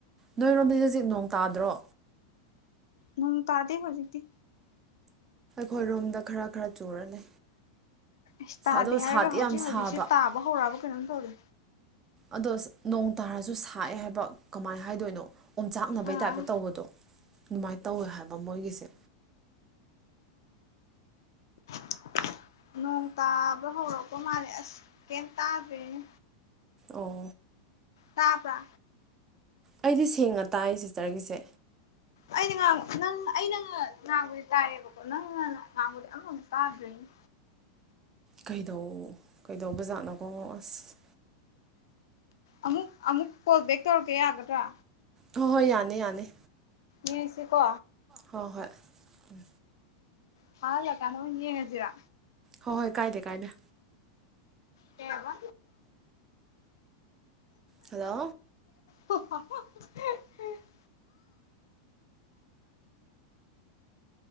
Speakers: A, on the right; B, on the left.
A: ꯅꯣꯏꯔꯣꯝꯗꯗꯤ ꯖꯤꯛ ꯅꯣꯡ ꯇꯥꯗ꯭ꯔꯣ
B: ꯅꯣꯡ ꯇꯥꯗꯦ ꯍꯧꯖꯤꯛꯇꯤ
A: ꯈꯣꯏꯔꯣꯝꯗ ꯈꯔ ꯈꯔ ꯆꯨꯔ ꯂꯩ
B: ꯑꯁ ꯇꯥꯗꯦ
A: ꯑꯗꯣ ꯁꯥꯗꯤ
B: ꯍꯥꯏꯔꯒ ꯍꯧꯖꯤꯛ
A: ꯌꯥꯝ ꯁꯥꯕ
B: ꯍꯧꯖꯤꯛꯁꯤ ꯇꯥꯕ ꯍꯧꯔꯛꯑꯕ ꯀꯅꯣꯝ ꯇꯧꯔꯦ
A: ꯑꯗꯣ ꯅꯣꯡ ꯇꯥꯔꯖꯨ ꯁꯥꯏꯑꯦ ꯍꯥꯏꯕ ꯀꯃꯥꯏ ꯍꯥꯏꯗꯣꯏꯅꯣ ꯑꯣꯝꯆꯥꯛꯅꯕꯩ
B: ꯑꯥ
A: ꯇꯥꯏꯞꯇ ꯇꯧꯕꯗꯣ ꯑꯗꯨꯃꯥꯏ ꯇꯧꯋꯦ ꯍꯥꯏꯕ ꯃꯣꯏꯒꯤꯁꯦ
B: <inaudible> ꯅꯣꯡ ꯇꯥꯕ ꯍꯧꯔꯛꯄ ꯃꯥꯜꯂꯦ ꯑꯁ ꯀꯩꯝ ꯇꯥꯗ꯭ꯔꯦꯅꯦ
A: ꯑꯣ
B: ꯇꯥꯕ꯭ꯔꯥ
A: ꯑꯩꯗꯤ ꯁꯦꯡꯅ ꯇꯥꯏꯌꯦ ꯁꯤꯁꯇꯔꯒꯤꯁꯦ
B: ꯑꯩꯅ ꯉꯥꯡꯕ ꯅꯪ ꯑꯩꯅ ꯉꯥ ꯉꯥꯡꯕꯗꯤ ꯇꯥꯏꯌꯦꯕꯀꯣ ꯅꯪꯅ ꯉꯥꯡꯕꯗꯤ ꯑꯃꯕꯥꯎ ꯇꯥꯗ꯭ꯔꯦꯅꯦ
A: ꯀꯩꯗꯧ ꯀꯩꯗꯧꯕꯖꯥꯠꯅꯣꯀꯣ ꯑꯁ
B: ꯑꯃꯨꯛ ꯑꯃꯨꯛ ꯀꯣꯜ ꯕꯦꯛ ꯇꯧꯔꯛꯀꯦ ꯌꯥꯒꯗ꯭ꯔꯥ
A: ꯍꯣꯏ ꯍꯣꯏ ꯌꯥꯅꯤ ꯌꯥꯅꯤ
B: ꯌꯦꯡꯁꯦ ꯀꯣ
A: ꯍꯣꯏ ꯍꯣꯏ ꯎꯝ
B: ꯊꯥꯍꯜꯂꯛ ꯑꯀꯥꯟꯗ ꯑꯣꯏꯅ ꯌꯦꯡꯃꯁꯤꯔ
A: ꯍꯣ ꯍꯣꯏ ꯀꯥꯏꯗꯦ ꯀꯥꯏꯗ
B: ꯀꯩꯑꯕ
A: ꯍꯜꯂꯣ
B: ꯍꯥ ꯍꯥ ꯍꯥ <inaudible>